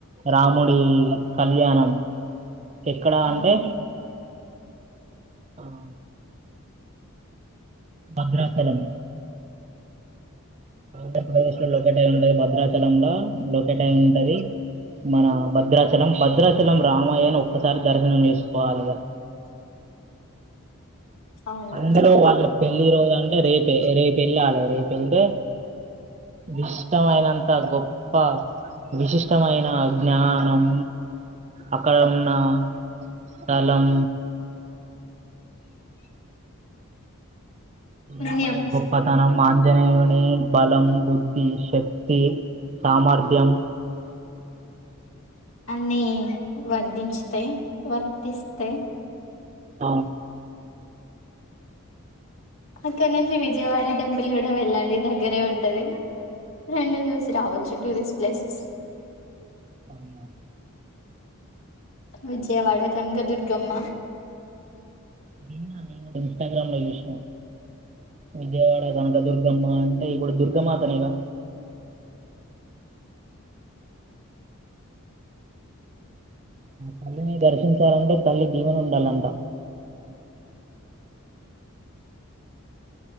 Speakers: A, on the right; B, on the left.
A: రాముడి కళ్యాణం ఎక్కడ
B: అవును
A: అంటే. ఆహ్. భద్రాచలం. ఆంధ్రప్రదేశ్ లో లోకేట్ అయి ఉంటది భద్రాచలంలో లోకేట్ అయి ఉంటది. మన భద్రాచలం భద్రాచలం రామాయనీ ఒక్కసారి దర్శనం చేసుకోవాలిగా
B: అవునండి
A: అందులో వాళ్ళ పెళ్లి రోజు అంటే రేపే రేపు ఎల్లాలే రేపు వెళ్తే ఇష్టమైనైనంతా గొప్ప. విశిష్టమైన జ్ఞానం అక్కడ ఉన్న. స్థలం.
B: పుణ్యం
A: రామయ్య గొప్పతనం ఆంజనేయుని బలం బుద్ధి శక్తి సామర్థ్యం
B: అన్నీ వర్ధించతాయ్ వర్తిస్తాయ్
A: ఆ
B: అక్కడ నుంచి విజయవాడ టెంపుల్ కూడా వెళ్ళండి దగ్గరే ఉంటది రెండు చూసి రావచ్చు టూరిస్ట్ ప్లేసెస్
A: అవును
B: విజయవాడ కనకదుర్గమ్మ
A: నిన్న నేను ఇన్స్టగ్రామ్ లో చూసిన విజయవాడ కనుక దుర్గమ్మ అంటే ఇప్పుడు దుర్గ మాతనేగా ఆ తల్లిని దర్శించాలంటే తల్లి దీవెన ఉండాలంట